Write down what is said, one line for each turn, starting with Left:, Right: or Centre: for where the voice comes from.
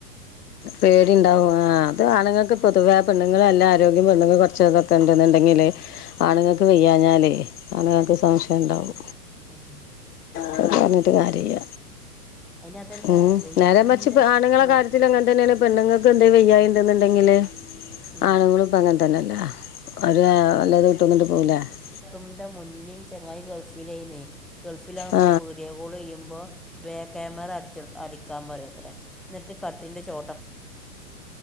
Left: പേ <unintelligible> ഇണ്ടാവും ആ അത് ആണുങ്ങൾക്ക് പൊതുവേ പെണ്ണുങ്ങൾ നല്ല ആരോഗ്യ പെണ്ണങ്ങൾ കൊറച്ചതൊക്കെ ഉണ്ടന്നുണ്ടെങ്കിലെ- ആണുങ്ങൾക്ക് വെയ്യാഞ്ഞാലേ ആണുങ്ങൾക്ക് സംശയം ഉണ്ടാവും
Centre: ഉം.
Left: അത് പറഞ്ഞിട്ട് കാര്യല്ല
Centre: അതിനതല്ല
Left: ഉം
Centre: വയ്യാത്തമ്മിൻ്റെ
Left: നേരെ മറിച്ച് ഇപ്പൊ ആണുങ്ങളെ
Centre: മോ
Left: കാര്യത്തിലങ്ങ- അത് തന്നെയല്ലെ പെണ്ണുങ്ങൾക്ക് എന്താ വയ്യായി എന്തെന്നുണ്ടെങ്കില്
Centre: ഉം.
Left: ആണുങ്ങളും ഇപ്പ അങ്ങനെതന്നല്ലേ ഒ അല്ലത് കട്ടന്നിട്ട് പോകലേ <unintelligible>
Centre: ന്റെ മുന്നേ ചങ്ങായി ഗൾഫില നെയ ഗൾഫിലാകുമ്പോൾ
Left: ആ
Centre: വീഡിയോ - കോൾ ചെയ്യുമ്പോ ബാക്ക് ക്യാമറ അടിച്ച അടിക്കാൻ പറയത്രേ !!!!!,!!!!